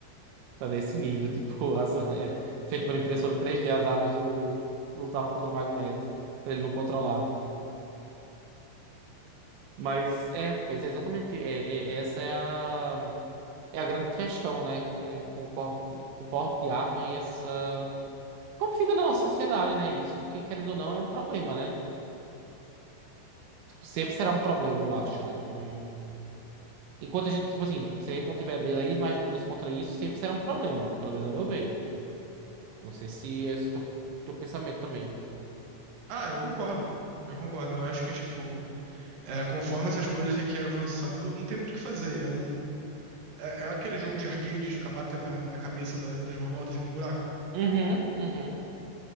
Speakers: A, on the right; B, on the right.
A: Tá desse nível, <laughs> tipo, as, é, feito pela impressora 3D, as armas do, que lutavam contra o magneto, pra ele não controlar. Mas é, pois é, exatamente. É, é- essa é a, é a grande questão, né? Com, com porte, com porte de arma e essa. Como fica na nossa sociedade, né? Isso, porque querendo ou não, é um problema, né? Tipo, sempre será um problema, eu acho, né? Hum. Enquanto a gente, tipo assim, se a gente não tiver leis mais duras contra isso, sempre será um problema, pelo menos a meu ver. Não sei se esse é o teu, teu pensamento também.
B: Ah, eu concordo. Eu concordo. Eu acho que, tipo, é, conforme essas coisas têm que ir avançando, não tem muito o que fazer. É um É, é aquele jogo de arcade de ficar batendo na, na cabeça da- das marmotas assim do buraco.
A: Uhum, uhum.